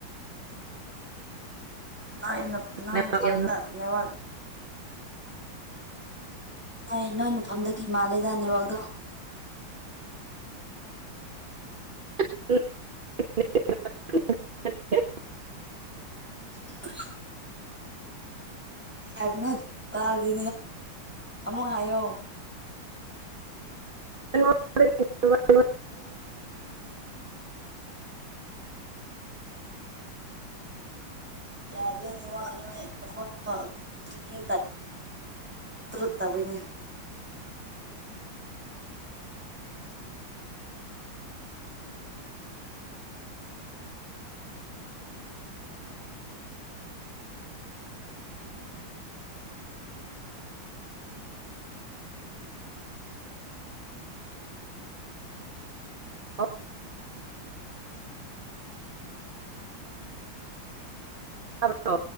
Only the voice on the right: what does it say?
ꯅꯦꯠꯋꯥꯛ
ꯌꯥꯝ
<unintelligible>
<unintelligible>
ꯑꯣꯐ <unintelligible> ꯇꯥꯕ꯭ꯔꯣ